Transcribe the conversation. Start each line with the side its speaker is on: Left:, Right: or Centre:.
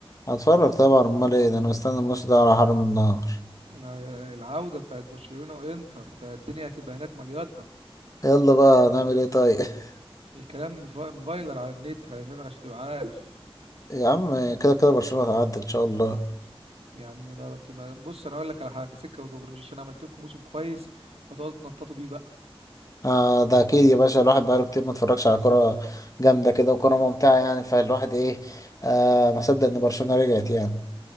Left: هتفرج طبعا امال ايه ده انا مستني الماتش ده على حرم النهر
Right: آه، العودة بتاعت برشلونة وانتر ده الدنيا هتبقى هناك مليطة
Left: يلا بقى نعمل ايه طيب <laughs>
Right: الكلام مف- مفايلر على النت هيفهمك عشان تبقى عارف
Left: يا عم كده كده برشلونة هتعدي ان شاء الله
Right: يا عم بقى بت- ما- بص انا اقول لك على حاجه سكه ودغري مش عشان عملت لكم موسم كويس فتقعدوا تنططوا بيه بقى
Left: آه ده اكيد يا باشا الواحد بقاله كتير ما اتفرجش على كرة جامدة كده وكرة ممتعة يعني فالواحد ايه آه ما صدق ان برشلونة رجعت يعني